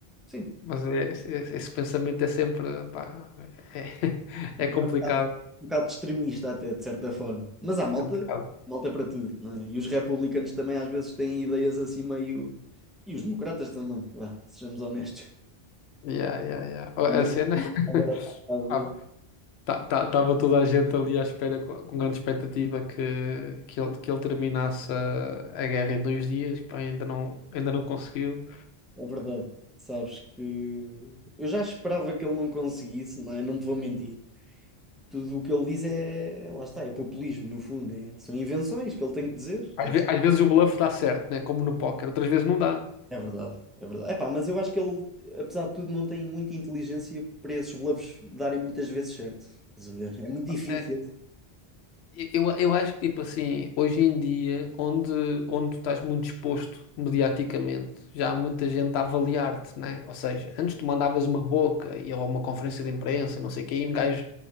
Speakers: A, in the centre; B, on the left.
A: Sim.
B: mas é- esse, esse- esse pensamento é sempre, pá, é, <laughs>
A: é
B: é complicado.
A: um um bocado extremista até, de certa forma. Mas há malta,
B: É um bocado.
A: malta para tudo, não é? E os republicanos também às vezes têm ideias assim meio... E os democratas também, vá, sejamos honestos.
B: Yeah, yeah, yeah. Ó,
A: Mas
B: A cena, <laughs>
A: Agora está um bocado-
B: estava toda a gente ali à espera co- com grande expectativa que, que, ele, que ele terminasse a, a guerra em dois dias, pá, ainda não, ainda não conseguiu.
A: é verdade. Sabes que eu já esperava que ele não conseguisse, não é? Não te vou mentir. Tudo o que ele diz é, lá está, é populismo, no fundo. é- São invenções que ele tem que dizer.
B: Às,
A: Quer
B: ve- às vezes o bluff dá certo, né? Como no póquer, outras vezes não dá.
A: É verdade, é verdade. Epá, mas eu acho que ele, apesar de tudo, não tem muita inteligência para esses bluffs darem muitas vezes certo. Estás a ver? É muito difícil.
B: É, Eu, eu acho que, tipo assim, hoje em dia, onde, onde tu estás muito exposto mediaticamente, já há muita gente a avaliar-te, né? Ou seja, antes tu mandavas uma boca e ou uma conferência de imprensa, não sei o quê, e um gajo,